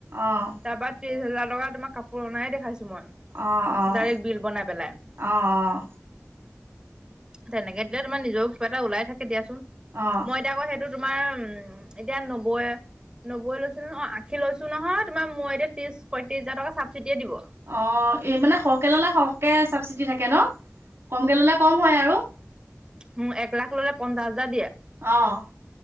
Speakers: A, on the right (about 65°); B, on the right (about 20°).
A: অঁ
B: তাৰ পৰা ত্ৰিশ হাজাৰ টকা তোমাৰ কাপোৰ অনাই দেখাইছে <unintelligible> মই
A: অঁ অঁ
B: ডাইৰেক্ বিল বনাই পেলাই
A: অঁ অঁ
B: তেনেকে দিলে তোমাৰ নিজৰো কিবা এটা ওলাই থাকে দিয়াচোন,
A: অঁ
B: মই এতিয়া আকৌ এইটো তোমাৰ উম, এতিয়া নব্বৈ নব্বৈ লৈ ন অ আশী লৈছো নহয় তোমাৰ মই এতিয়া ত্ৰিচ পঁয়ত্ৰিশ হাজাৰ টকা চাবচিডিয়ে দিব
A: অ এই মানে সৰহকে ল'লে সৰহকে চাবচিটি থাকে ন কমকে ললে কম হয় আৰু
B: মোক এক লাখ ললে পঞ্চাশ হাজাৰ দিয়ে।
A: অৱ